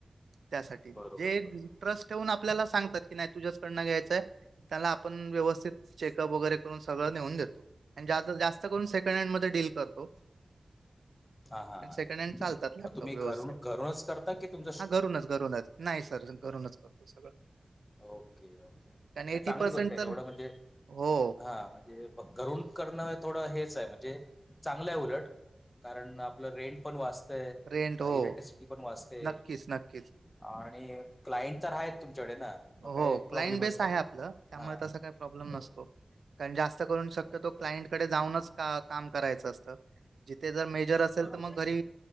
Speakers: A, on the right; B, on the left.
A: त्यासाठी
B: बरोबर,
A: जे
B: बरोबर.
A: ट्रस्ट ठेवून आपल्याला सांगतात की नाही तुझ्याचकडनं घ्यायचंय. त्याना आपण व्यवस्थित चेकअप वगैरे करून सगळं नेऊन देतो आणि जास्त करून सेकंड हँड म डील करतो.
B: ह. हा हा
A: सेकंड हँड चालतात लॅपटॉप
B: म तुम्ही
A: व्यवस्थित.
B: घरून घरूनच करता की तुम
A: हा घरूनच घरूनच नाही सर घरूनच करतो सगळं.
B: ओके ओके
A: कारण एटी
B: नाही चांगली
A: पर्सेंट
B: गोष्ट आहे
A: तर
B: तेवढं म्हणजे
A: हो
B: हा म्हणजे घरून करणं थोडं हेच आहे म्हणजे चग उलट कारण आपलं रेंट पण वात.
A: रेंट हो
B: इलेक्ट्रिसिटी पण वाचते
A: नक्कीच नक्कीच.
B: आणि क्लाइंट तर आहेत. तुमच्याकडे ना मग काही
A: हो क्लाइंट
B: प्रॉब्लेमच
A: बेस
B: नाही
A: आहे आपलं त्यामुळे
B: हां
A: त काही प्रॉब्लेम
B: हो
A: नसतो कारण जात शकतो
B: ओके
A: क्लांट
B: ओके
A: कडे जाऊनच काम करायचं असतं. जिथे जर मेजर असेल
B: बरोबर
A: तर मग घरी